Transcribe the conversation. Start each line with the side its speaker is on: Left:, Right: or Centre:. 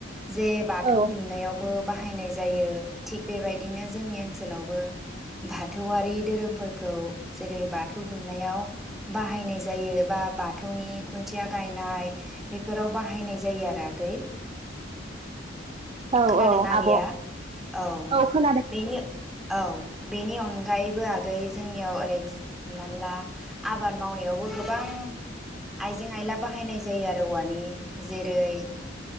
Centre: जे बाथौ
Right: औ
Centre: दुमनायावबो बाहायनाय जायो थिग बेबायदिनो जोंनि ओनसोलावबो बाथौआरि धोरोमफोरखौ जेरै बाथौ दुमनायाव बाहायनाय जायो बा बाथौनि खुन्थिया गायनाय बेफोराव बाहायनाय जायो आरो आगै
Right: औ
Centre: खोनादोंना
Right: औ
Centre: आगैया
Right: आब' औ
Centre: औ
Right: खोनादों
Centre: बेनि औ बेनि अनगायैबो आगै जोंनियाव ओरै हमना ला आबाद मावनायावबो गोबां आइजें आयला बाहायनाय जायो आरो औवानि जेरै